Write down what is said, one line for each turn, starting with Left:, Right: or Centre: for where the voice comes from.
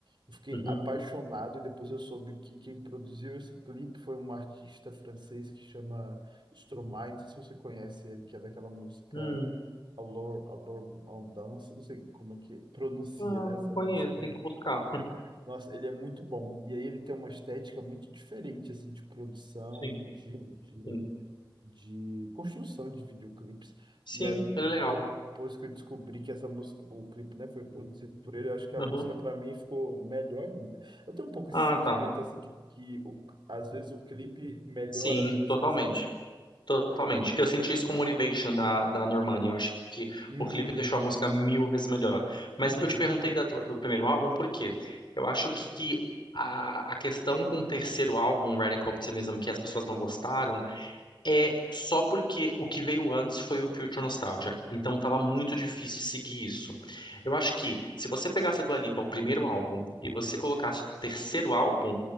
Right: Eu fiquei
Left: Uhum.
Right: apaixonado e depois eu soube que quem produziu esse clipe foi um artista francês que chama Stromae. Não sei se você conhece ele, que é daquela música
Left: Hum.
Right: Allure Allure on Dance. Não sei como é que pronuncia,
Left: Ah,
Right: né,
Left: não
Right: essa
Left: conheço,
Right: música.
Left: tem que buscar.
Right: Nossa, ele é muito bom. E aí ele tem uma estética muito diferente, assim, de produção
Left: Sim,
Right: e de,
Left: sim.
Right: de construção de videoclipes.
Left: Sim,
Right: E aí,
Left: ele é legal.
Right: depois que eu descobri que essa música, o clipe, né, foi produzido por ele, eu acho que
Left: Uhum.
Right: a música para mim ficou melhor ainda. Eu tenho um pouco esse
Left: Ah,
Right: sentimento
Left: tá.
Right: assim que, que o, às vezes o clipe melhora
Left: Sim,
Right: a música,
Left: totalmente.
Right: sabe?
Left: Totalmente. Eu senti isso com Motivation da, da Normani. Eu acho que
Right: Hum,
Left: o clipe deixou a música mil vezes melhor. Mas
Right: uhum,
Left: eu te perguntei da do, do primeiro álbum por quê? Eu acho que a, a questão com o terceiro álbum, Radical Optimism, que as pessoas não gostaram, É só porque o que veio antes foi o Future Nostalgia. Então tava
Right: hum,
Left: muito difícil seguir isso. Eu acho que se você pegasse a Dua Lipa, o primeiro álbum, e você colocasse o terceiro álbum